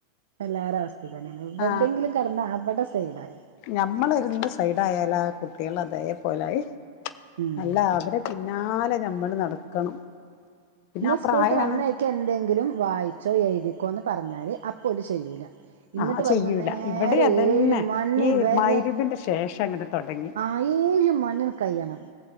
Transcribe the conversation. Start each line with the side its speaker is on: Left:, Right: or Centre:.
Right: എല്ലാരെ അവസ്ഥയും ഇതന്നെയാണ് എവിടെങ്കിലും
Left: ആ
Right: കെടന്നാ അവിടെ സൈഡായി
Left: ഞമ്മള് ഇരുന്ന് സൈഡായ ആ കുട്ടികൾ അതെ പോലായി
Right: ഉം
Left: അല്ല അവരെ പിന്ന ന്നാലെ ഞമ്മള് നടക്കണം പിന്നെ
Right: ഇന്ന്
Left: ആ
Right: സ്കൂളിട്ട്
Left: പ്രായാണ്
Right: വന്നയ്ക്കെന്തെങ്കിലും വായിച്ചോ എഴുതിക്കോന്ന് പറഞ്ഞാല് അപ്പോ ഓല് ചെയ്യൂല എന്നിട്ട്
Left: ആഹ്
Right: വൈകുന്നേരം
Left: ചെയ്യൂല ഇവിടെ അതന്നെ
Right: ഏഴ് മണി
Left: ഈ
Right: വരെ
Left: മഗ്‌രിബിന്റെ ശേഷം അങ്ങട് തൊടങ്ങി
Right: ആ ഏഴ് മണി അണ്ട് കയ്യണം